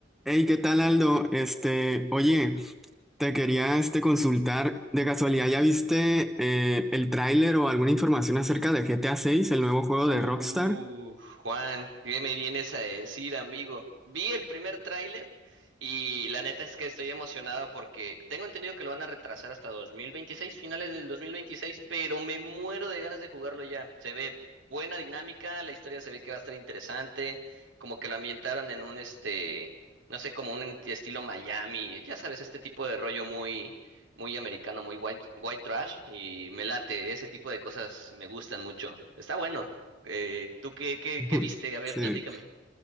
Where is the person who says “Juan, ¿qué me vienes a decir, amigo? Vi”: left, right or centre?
Right